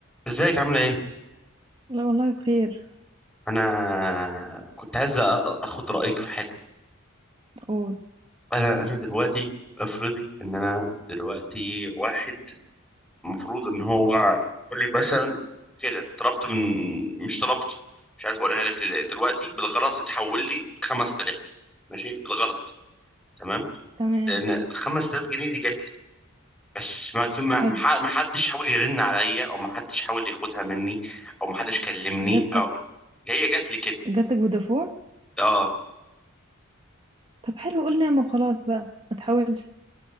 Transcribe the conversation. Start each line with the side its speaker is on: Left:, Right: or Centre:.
Centre: ازيك عامله ايه
Right: لا والله بخير
Centre: انا كنت عايز أ- اخد رايك في حاجه
Right: قول
Centre: انا انا دلوقتي افرضي ان انا دلوقتي واحد المفروض ان هو يقول لي مثلا كده طلبت من مش طلبت مش عارف اقولها لك ازاي دلوقتي بالغلط اتحول لي 5000 ماشي بالغلط تمام
Right: تمام
Centre: لان ال 5000 جنيه دي جات لي بس ما في- ما
Right: حلو
Centre: ما- ما حدش حاول يرن عليا او ما حدش حاول ياخدها مني او ما حدش كلمني
Right: جاتلك
Centre: او هي جات لي كده
Right: جاتلك فودافون
Centre: اه
Right: طب حلو قول نعمة وخلاص بقى ما تحاولش